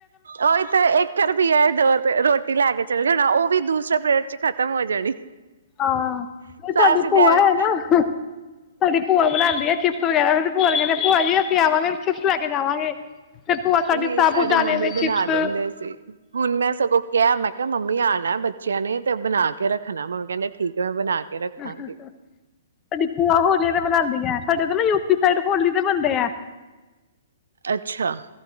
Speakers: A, on the right; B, on the left.
A: ਔਹੀ ਤੇ ਏਕ ਰੁਪਈਆ ਯਾ ਦੋ ਰੁਪਏ ਰੋਟੀ ਲੈ ਕੇ ਚਲ ਚੱਲ ਜਾਣਾ ਔ ਵੀ ਦੂਸਰੇ ਪੇਰਡ ਚ ਖ਼ਤਮ ਹੋ ਜਾਣੀ।
B: ਹਾਂ, ਔ ਸਾਡੀ
A: ਅਸੀਂ
B: ਭੂਆ
A: ਤੇ ਐਵੇਂ
B: ਹੈ ਨਾ ਸਾਡੀ ਭੂਆ ਬਣਾਦੀ ਐ ਚਿਪਸ ਵਗੈਰਾ ਫਿਰ ਅਸੀਂ ਭੂਆਂ ਨੂ ਕੈੰਣੇ ਆ, ਭੂਆ ਜੀ ਅਸੀਂ ਆਵਾਂਗੇ ਚਿਪਸ ਲੈ ਕੇ ਜਾਵਾਂਗੇ। ਫਿਰ ਭੂਆ ਸਾਡੀ
A: ਨਹੀਂ
B: ਸਾਬੂ
A: ਸਾਡੇ
B: ਦਾਣੇ
A: ਮੰਮੀ
B: ਦੇ
A: ਬਣਾ
B: ਚਿਪਸ ਸਾਡੀ
A: ਦਿੰਦੇ ਸੀ ਹੁਣ ਮੈਂ ਸਗੋਂ ਕਿਐ ਮੈਂ ਕਿਆ ਮੰਮੀ ਆਣੈ ਬੱਚਿਆਂ ਨੇ ਤੇ ਬਣਾ ਕੇ ਰੱਖਣਾ। ਮੰਮੀ ਕੈੰਦੇ ਠੀਕ ਹੈ ਮੈਂ ਬਣਾ ਕੇ ਰੱਖਾਂਗੀ
B: ਸਾਡੀ ਭੂਆ ਹੋਲੇ ਤੇ ਬਨਾਂਦੀ ਸਾਡੇ ਤਾਂ ਨਾ ਯੂਪੀ ਸਾਈਡ ਹੋਲੀ ਦੇ ਬੰਣਦੇ ਐ।
A: ਅੱਛਾ।